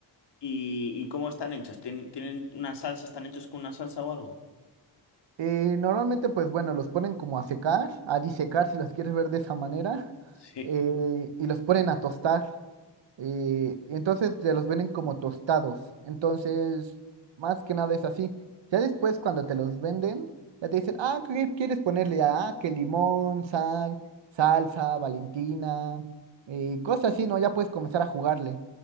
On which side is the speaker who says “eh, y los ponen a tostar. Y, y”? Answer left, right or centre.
Right